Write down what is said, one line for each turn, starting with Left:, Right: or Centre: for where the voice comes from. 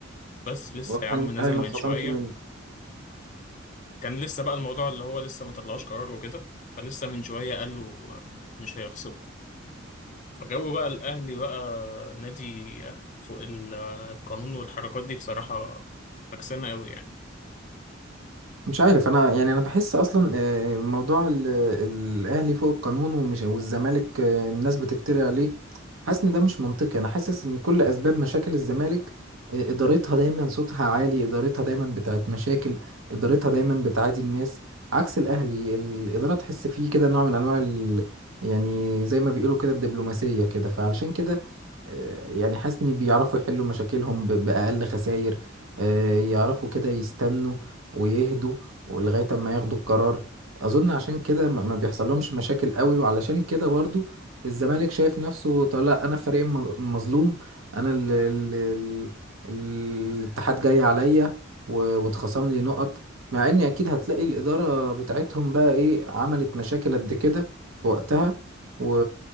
Left: بس لسه
Right: واضح
Left: يا عم
Right: ان الاهلي
Left: نازل
Right: ما
Left: من
Right: اتخصمش
Left: شويه
Right: منه
Left: كان لسه بقى الموضوع اللي هو لسه ما طلعوش قرار وكده فلسه من شوية قالوا مش هيخسروا فجو بقى الأهلي بقى نادي فوق ال- القانون والحركات دي بصراحة فكسانة قوي يعني
Right: مش عارف انا يعني انا بحس اصلا آه، موضوع ال- الاهلي فوق القانون ومش والزمالك آه، الناس بتفتري عليه حاسس ان ده مش منطقي انا حاسس ان كل اسباب مشاكل الزمالك آه، ادارتها دايما صوتها عالي ادارتها دايما بتاعت مشاكل ادارتها دايما بتعادي الناس عكس الاهلي الاداره تحس فيه كده نوع من انواع ال... يعني زي ما بيقولوا كده الدبلوماسيه كده فعلشان كده آه، يعني حاسس ان بيعرفوا يحلوا مشاكلهم ب- باقل خسائر آه، يعرفوا كده يستنوا ويهدوا ولغاية ما ياخدوا القرار أظن عشان كده ما ما بيحصل لهمش مشاكل قوي وعلشان كده برضو الزمالك شايف نفسه طب لا أنا فريق الم- المظلوم أنا ال ال ال الاتحاد جاي عليا و- واتخصم لي نقط مع إني أكيد هتلاقي الإدارة بتاعتهم بقى إيه عملت مشاكل قد كده في وقتها و...